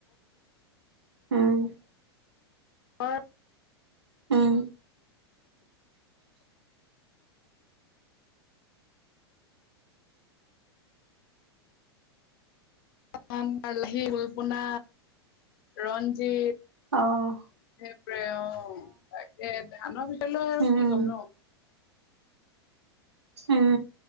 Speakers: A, on the right; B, on the left.
A: উম
B: <unintelligible>
A: উম
B: <unintelligible> লাহি হুলপনা ৰঞ্জিত সেইটোৱে
A: অ',
B: অ তাকে ধানৰ বিষয়লৈ আৰু
A: উম,
B: কি ক'ম ন
A: উম